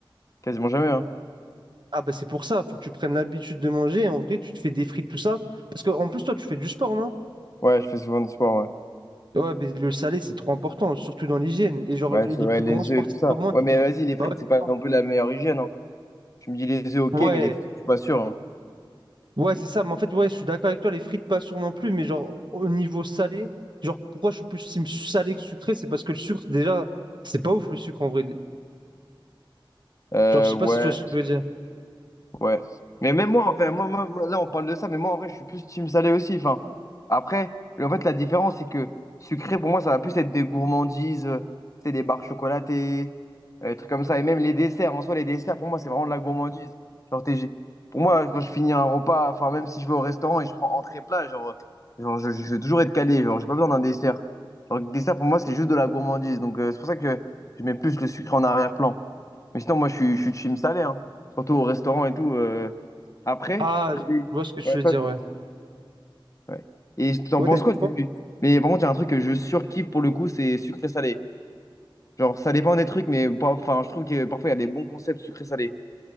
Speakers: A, on the left; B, on the right.
A: Quasiment jamais, hein.
B: Ah bah c'est pour ça, faut que tu prennes l'habitude de manger. En vrai, tu te fais des frites, tout ça. Parce que en plus, toi, tu fais du sport, non?
A: Ouais, je fais souvent du sport, ouais.
B: Ouais, mais le salé, c'est trop important, surtout dans l'hygiène. Et genre,
A: Bah,
B: les
A: Ouais, c'est- ouais,
B: plus
A: les
B: grands sportifs
A: œufs et tout ça.
B: au monde,
A: Ouais, mais
B: ils...
A: vas-y, les frites,
B: Bah ouais, c'est
A: c'est pas
B: ça.
A: non plus la meilleure hygiène, hein. Je me dis les œufs, ok,
B: Ouais,
A: mais les frites, je suis pas sûr, hein.
B: Ouais, c'est ça, mais en fait, ouais, je suis d'accord avec toi, les frites pas sûres non plus, mais genre au niveau salé, genre pourquoi je suis plus team salé que sucré, c'est parce que le sucre, déjà, c'est pas ouf le sucre en vrai.
A: Euh,
B: Genre, je sais
A: ouais.
B: pas si tu vois ce que je veux dire.
A: Ouais. Mais même moi, enfin, moi, moi- moi, là, on parle de ça, mais moi, en vrai, je suis plus team salé aussi. Enfin, après, le- en fait, la différence, c'est que sucré, pour moi, ça va plus être des gourmandises, euh, tu sais, des barres chocolatées, euh, des trucs comme ça. Et même les desserts, en soi, les desserts, pour moi, c'est vraiment de la gourmandise. Genre, t'es- j'ai- pour moi, quand je finis un repas, enfin, même si je vais au restaurant et je prends entrée-plat, genre, genre je, je vais toujours être calé, genre, j'ai pas besoin d'un dessert. Genre, le dessert, pour moi, c'est juste de la gourmandise. Donc, euh, c'est pour ça que je mets plus le sucré en arrière-plan. Mais sinon, moi, je suis, je suis team salé, hein surtout au restaurant et tout. euh. Après,
B: Ah, je
A: Oui.
B: vois ce que tu
A: Ouais.
B: veux dire,
A: Ouais.
B: ouais.
A: Ouais. Et t'en
B: Ouais,
A: penses
B: t'as dit
A: quoi du...
B: quoi?
A: Mais par contre, il y a un truc que je surkiffe pour le coup, c'est sucré-salé. Genre, ça dépend des trucs, mais pas- enfin, je trouve que parfois, il y a des bons concepts sucré-salé.